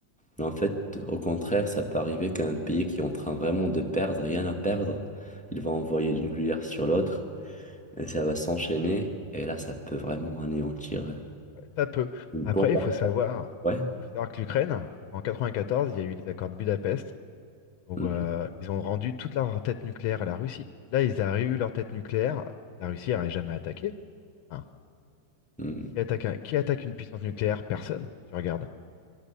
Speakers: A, in the centre; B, on the left.
A: Mais en fait, au contraire, ça peut arriver qu'un pays qui est en train vraiment de perdre, rien à perdre, il va envoyer du nucléaire sur l'autre. Et ça va s'enchaîner. Et là, ça peut vraiment anéantir
B: <laughs> Ça peut.
A: une bombe.
B: Après, il faut savoir,
A: Ouais.
B: il faut savoir que l'Ukraine, en 94, il y a eu les accords de Budapest où
A: Mm,
B: euh, ils ont rendu toute leur tête nucléaire à la Russie. Là, ils auraient eu leur tête nucléaire, la Russie n'aurait jamais attaqué. Enfin,
A: mm.
B: Qui attaque un- qui attaque une puissance nucléaire? Personne. Tu regardes. Tu